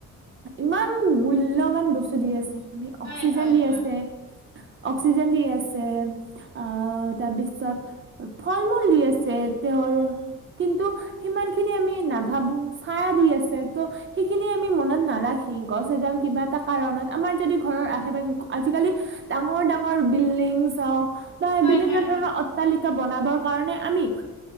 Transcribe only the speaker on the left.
হয়
হয়
হয়
হয়
হয়
হয়